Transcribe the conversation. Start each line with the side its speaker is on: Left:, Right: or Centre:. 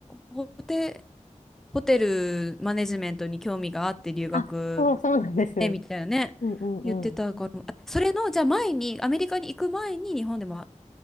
Centre: ホテ、ホテルマネジメントに興味があって留学
Left: あ、そう、そうなんですよ。
Centre: ね、みたいなね、
Left: うんうんうん。
Centre: 言ってたから、あそれの、じゃあ前に、アメリカに行く前に日本でも